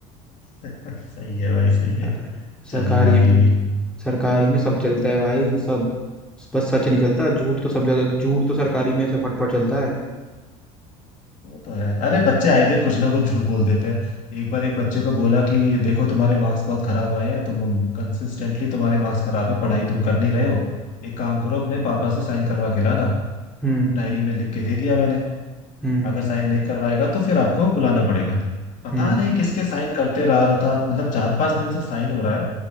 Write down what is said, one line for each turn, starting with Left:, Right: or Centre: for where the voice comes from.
Left: <laughs> सही है भाई सही है
Centre: अ, सरकारी
Left: चलेगा ये भी
Centre: सरकारी में सब चलता है भाई सब बस सच नहीं चलता झूठ तो सब जगह झूठ तो सरकारी में ऐसा फटफट चलता है
Left: वो तो है अरे बच्चे आए दिन कुछ ना कुछ झूठ बोल देते हैं एक बार एक बच्चे को बोला कि देखो तुम्हारे मार्क्स बहुत खराब आए हैं तुम कंसिस्टेंटली तुम्हारे मार्क्स खराब है पढ़ाई तुम कर नहीं रहे हो एक काम करो अपने पापा से साइन करवा के लाना
Centre: हम्म
Left: डायरी में लिख के दे दिया मैंने
Centre: हम्म
Left: अगर साइन नहीं करवाएगा तो फिर आपको बुलाना पड़ेगा पता
Centre: हम्म
Left: नहीं किसके साइन करते रह रहा था मतलब चार पांच दिन से साइन हो रहा है